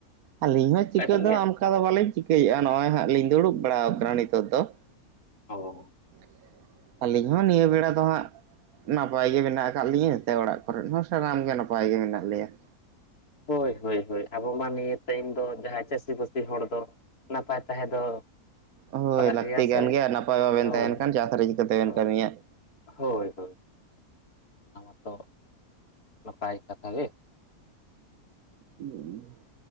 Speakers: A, on the right; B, on the left.
A: ᱟᱹᱞᱤᱧ ᱦᱚᱸ ᱪᱤᱠᱟᱹ
B: ᱟᱹᱵᱤᱱ
A: ᱫᱚ
B: ᱜᱮ
A: ᱚᱱ ᱠᱟ ᱫᱚ ᱵᱟᱞᱤᱧ ᱪᱤᱠᱟᱹᱭᱼᱟ ᱱᱚᱜᱼᱚᱭ ᱦᱟᱸᱜ ᱞᱤᱧ ᱫᱩᱲᱩᱵ ᱵᱟᱲᱟᱣ ᱠᱟᱱᱟ ᱱᱤᱛᱚᱜ ᱫᱚ ᱾
B: ᱚ᱾
A: <inaudible> ᱟᱹᱞᱤᱧ ᱦᱚᱸ ᱱᱤᱭᱟᱹ ᱵᱮᱲᱟ ᱫᱚ ᱦᱟᱸᱜ ᱾ ᱱᱟᱯᱟᱭ ᱜᱮ ᱢᱮᱱᱟᱜ ᱟᱠᱟᱜ ᱞᱤᱧᱟᱹ ᱛᱮ ᱚᱲᱟᱜ ᱠᱚᱨᱮ ᱦᱚᱸ ᱥᱟᱱᱟᱢ ᱜᱮ ᱱᱟᱯᱟᱭ ᱜᱮ ᱢᱮᱱᱟᱜ ᱞᱮᱭᱟ ᱾
B: ᱦᱳᱭ ᱦᱳᱭ ᱦᱳᱭ ᱟᱵᱚ ᱢᱟ ᱛᱮᱱ ᱫᱚ ᱡᱟᱦᱟᱸᱭ ᱪᱟᱹᱥᱤ ᱵᱟᱹᱥᱤ ᱦᱚᱲ ᱫᱚ ᱾ ᱱᱟᱯᱟᱭ ᱛᱟᱦᱮᱸ ᱫᱚ
A: ᱦᱳᱭ
B: ᱞᱟᱜᱟᱜ
A: ᱞᱟᱹᱠᱛᱤ
B: ᱥᱮ
A: ᱠᱟᱱᱟ ᱜᱮᱭᱟ ᱱᱟᱯᱟᱭ ᱵᱟᱵᱮᱱ
B: ᱦᱳᱭ
A: ᱛᱟᱦᱮᱱ ᱠᱷᱟᱱ ᱪᱟᱥ ᱨᱮ ᱪᱤᱠᱟᱹᱛᱮ
B: ᱦᱳᱭ
A: ᱵᱮᱱ ᱠᱟᱹᱢᱤᱭᱟ ᱾
B: ᱦᱳᱭ ᱦᱳᱭ ᱾ ᱚᱱᱟ ᱢᱟᱛᱚ ᱱᱟᱯᱟᱭ ᱠᱟᱛᱷᱟ ᱜᱮ ᱾
A: <inaudible>